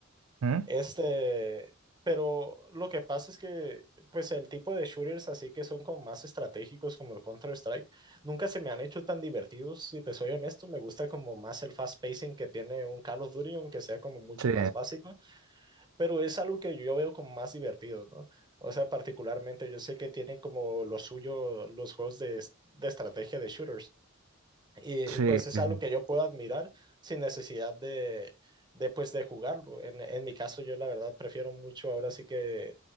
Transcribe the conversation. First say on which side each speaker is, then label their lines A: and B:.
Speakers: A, on the right; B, on the right.
A: ¿Mm?
B: Este, pero lo que pasa es que, pues el tipo de shooters así que son como más estratégicos como el Counter-Strike, nunca se me han hecho tan divertidos, si te soy honesto, me gusta como más el fast pacing que tiene un Call of Duty, aunque sea como mucho
A: Sí,
B: más básico, pero es algo que yo veo como más divertido, ¿no? O sea, particularmente yo sé que tiene como lo suyo los juegos de, es- de estrategia de shooters. Y
A: sí,
B: pues es
A: sí,
B: algo que yo puedo admirar sin necesidad de, de, pues, de jugarlo. En, en mi caso, yo la verdad prefiero mucho ahora sí que